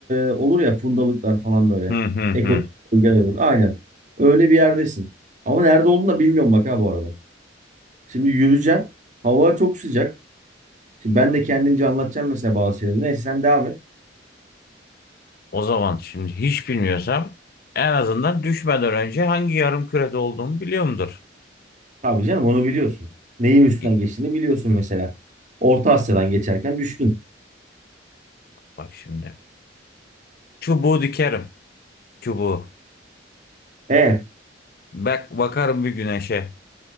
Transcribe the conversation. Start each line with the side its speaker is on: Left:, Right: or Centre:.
Right: e, olur ya fundalıklar falan böyle.
Left: Hı hı
Right: Ekolojik
Left: hı.
Right: bölgeler olur. Aynen. Öyle bir yerdesin. Ama nerede olduğunu da bilmiyorum bak ha bu arada. Şimdi yürüyeceksin. Hava çok sıcak. Şimdi ben de kendimce anlatacağım mesela bazı şeyleri. Neyse sen devam et.
Left: O zaman şimdi hiç bilmiyorsam en azından düşmeden önce hangi yarım kürede olduğumu biliyorumdur.
Right: Tabii canım onu biliyorsun. Neyin üstünden
Left: Git
Right: geçtiğini biliyorsun mesela. Orta Asya'dan geçerken düştün.
Left: bak şimdi. Çubuğu dikerim. Çubuğu.
Right: E
Left: Bak, bakarım bir güneşe.